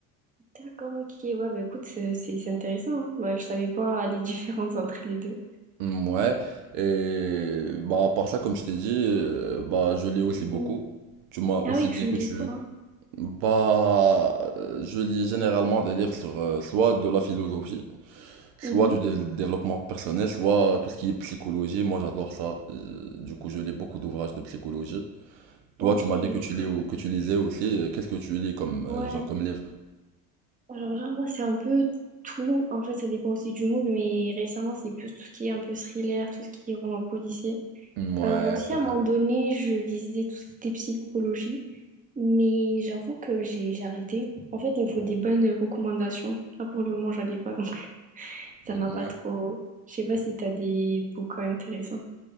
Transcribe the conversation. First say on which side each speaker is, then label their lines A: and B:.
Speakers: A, on the right; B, on the right.
A: D'accord, ok. Ouais, bah écoute, c'est c'est- c'est intéressant. hein. Bah, je savais pas les différences entre les deux.
B: Mm, Ouais, et bah, à part ça, comme je t'ai dit, euh, bah, je lis aussi
A: Mhm.
B: beaucoup. Tu m'as aussi
A: Ah oui, tu
B: dit que
A: lis
B: tu.
A: quoi?
B: Bah, euh, je lis généralement des livres sur euh, soit de la philosophie, Soit
A: Mhm.
B: du dé- développement personnel, soit tout ce qui est psychologie. Moi, j'adore ça. Euh, Du coup, je lis beaucoup d'ouvrages de psychologie. Toi,
A: Ok,
B: tu m'as dit que
A: d'accord.
B: tu lis, au- que tu lisais aussi. Euh, Qu'est-ce que tu lis comme,
A: Ouais.
B: euh, genre, comme livre?
A: Alors là, moi, c'est un peu tout. En fait, ça dépend aussi du mood, mais récemment, c'est plus tout ce qui est un peu thriller, tout ce qui est roman policier.
B: Ouais,
A: Euh, moi aussi,
B: ok.
A: à un moment donné, je lisais tout ce qui était psychologie, mais j'avoue que j'ai j'ai arrêté. En fait, il me faut des bonnes recommandations. Là, pour le moment, j'en ai pas, donc <laughs> ça
B: Ouais.
A: m'a pas trop. Je sais pas si t'as des bouquins intéressants.